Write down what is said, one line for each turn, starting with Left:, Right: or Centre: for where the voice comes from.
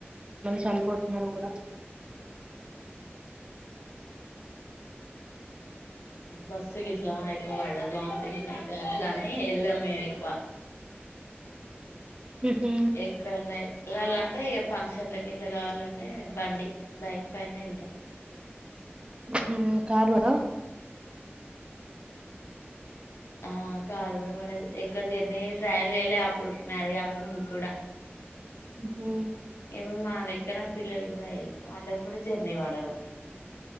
Right: చనిపోతున్నారు కూడా
Left: బస్ సిగట్లు ఎక్కువ పడదు వోంథింగ్స్ అయ్యితాయీ అట్ల అని ఏ ఎలాము మేము ఎక్కువ
Right: ఉహు
Left: ఎక్కడ నయితే వెళ్ళాలంటే యాఫంక్షన్లకి ఇట్లా కావాలంటే బండి బైక్ పైన వెళ్తాం
Right: మ్మ్ కార్ లోన
Left: ఆ కారు కూడా పడదు ఎక్ ఒక జర్నీ ట్రాయల్ జాయలే అప్ ఇప్పుడు మ్యారీకాకా ముందుకు కూడా
Right: మ్మ్ హ్మ్
Left: ఇప్పుడు మాలక్కన పిల్లు కూడా ఎల్ వాళ్ళకి కూడా జర్నీ పడదు